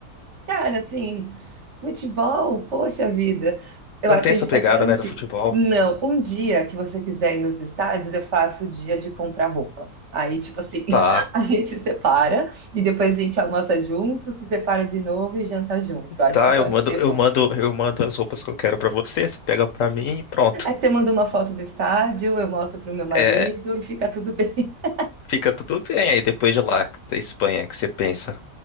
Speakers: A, on the right (about 55°); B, on the left (about 65°).
A: Cara, assim, futebol, poxa vida. Eu
B: Não
A: acho
B: tem
A: que
B: essa
A: a gente
B: pegada,
A: pode fazer
B: né,
A: assim.
B: do futebol.
A: Não, um dia que você quiser ir nos estádios, eu faço o dia de comprar roupa. Aí, tipo assim, <laughs>
B: Tá,
A: a gente se separa e depois a gente almoça junto, se separa de novo e janta junto. Acho
B: tá,
A: que pode
B: eu mando,
A: ser
B: eu
A: bom.
B: mando, eu mando as roupas que eu quero pra você, você pega pra mim e pronto.
A: Aí você manda uma foto do estádio, eu mostro pro meu marido
B: É,
A: e fica tudo bem. <laughs>
B: fica tudo bem aí depois de lá, da Espanha, que você pensa.